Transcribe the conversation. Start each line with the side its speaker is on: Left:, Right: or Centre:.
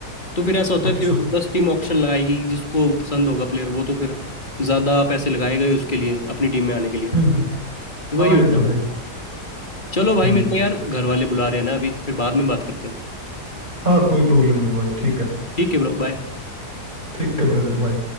Left: तो फिर ऐसा होता
Right: अच्छा
Left: है फिर
Right: अच्छा
Left: दस टीम ऑक्शन लगाएगी जिसको पसंद होगा प्लेयर वो तो फिर ज्यादा पैसे लगाएगा ही उसके लिए अपनी टीम में आने के लिए
Right: हम्म हम्म,
Left: फिर वही
Right: हाँ ये
Left: होता
Right: तो
Left: है भाई
Right: है ही
Left: चलो भाई
Right: हम्म
Left: मेरे को यार घर वाले बुला रहे हैं ना अभी फिर बाद में बात करते हैं
Right: हाँ कोई प्रॉब्लम नहीं है भाई ठीक है
Left: ठीक है ब्रो बाय
Right: ठीक है ब्रदर भाई